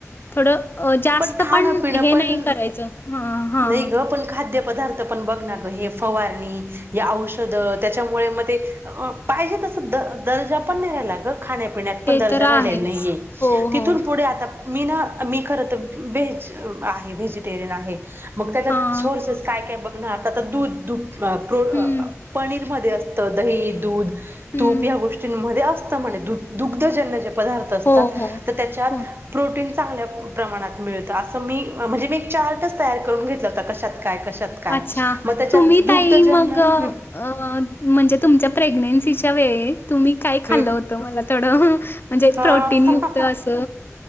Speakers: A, on the left (about 45°); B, on the right (about 45°).
A: थोड अ जास्त
B: खाणं
A: पण
B: पिणं
A: हे
B: पण
A: नाही करायचं, ह हा.
B: नाही ग पण खाद्य पदार्थ पण बघ ना ग, हे फवारणी हे औषध त्याच्यामुळे मग ते पाहिजे तस द दर्जा पण नाही रायला ग खाण्या पिण्यात पण
A: ते
B: दर्जा
A: तर
B: राहिला
A: आहेच
B: नाही,
A: हो हो
B: तिथून पुढ आता मी ना मी. खरं तर व्हेज, व्हेजिटेरीयन आहे, मग त्यात
A: हां
B: सोर्सेस काय काय बग ना आता तर दूध दूध प्रो
A: हम्म
B: अ पनीरमध्ये असतं दही दूध
A: हम्म
B: तूप या गोष्टींमध्ये असत म्हणे, दुग्धजन्य ज पदार्थ असतात,
A: हो हो
B: तर त्याच्यात
A: हो
B: प्रोटीन चांगल्या प्रमाणात मिळतं, असं मी म्हणजे मी एक चार्टच तयार करून घेतला होता, कशात काय? कशात
A: अच्छा
B: मग त्याच्यात
A: तुम्ही
B: दुग्धजन्य
A: ताई मग
B: हम.
A: अ म्हणजे तुमच्या प्रेग्नेन्सीच्या वेळी तुम्ही काही खाल्लं
B: हम्म
A: होतं, मला थोडं म्हणजे
B: हा
A: प्रोटीन युक्त अस